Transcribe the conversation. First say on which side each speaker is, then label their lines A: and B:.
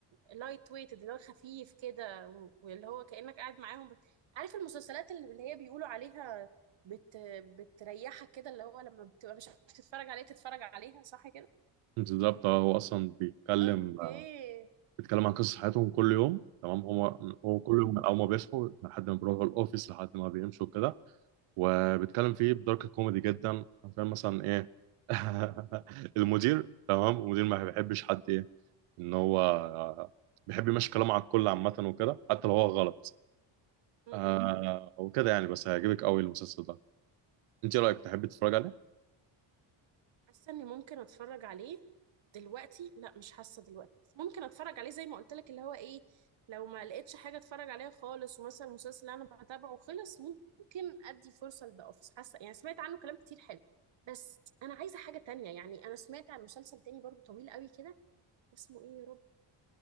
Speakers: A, on the right; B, on the right.
A: لايت ويت اللي هو خفيف كده و- واللي هو كأنك قاعد معاهم بت... عارف المسلسلات اللي اللي هي بيقولوا عليها بت... بتريحك كده اللي هو لما بتبقى مش عارف تتفرج عليه تتفرج عليها صح كده
B: بالظبط آه، هو اصلا بيتكلم
A: اوكي
B: آه، بيتكلم عن قصص حياتهم كل يوم تمام هو هو كل يوم من اول ما بيصحوا لحد ما بيروحوا الاوفيس لحد ما بيمشوا كده وبيتكلم فيه بدارك كوميدي جدا عشان مثلا ايه <laughs> المدير تمام المدير ما بيحبش حد ايه ان هو بيحب يمشي كلامه على الكل عامه وكده حتى لو هو غلط
A: امم
B: آه وكده يعني بس هيعجبك قوي المسلسل ده انت إيه رايك تحب تتفرج عليه؟
A: حاسه اني ممكن اتفرج عليه دلوقتي لا مش حاسه دلوقتي بس ممكن اتفرج عليه زي ما قلت لك اللي هو ايه لو ما لقيتش حاجه اتفرج عليها خالص ومثلا المسلسل اللي انا بتابعه خلص ممكن ادي فرصه لده اوفيس حاسه يعني سمعت عنه كلام كتير حلو بس انا عايزه حاجه تانية يعني انا سمعت عن مسلسل تاني برضو طويل قوي كده اسمه ايه يا رب